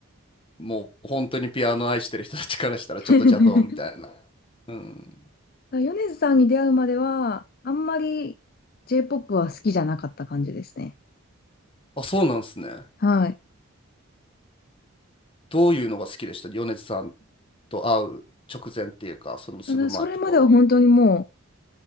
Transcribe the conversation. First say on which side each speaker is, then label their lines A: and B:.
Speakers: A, on the left; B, on the left.
A: もう本当にピアノ愛してる人たちからしたらちょっと邪道みたいな。
B: <laughs>
A: うん。
B: 米津さんに出会うまではあんまり J-POP は好きじゃなかった感じですね。
A: あ、そうなんですね。
B: はい。
A: どういうのが好きでした米津さんと会う直前っていうか、そのすぐ前とかは。
B: ただそれまでは本当にもう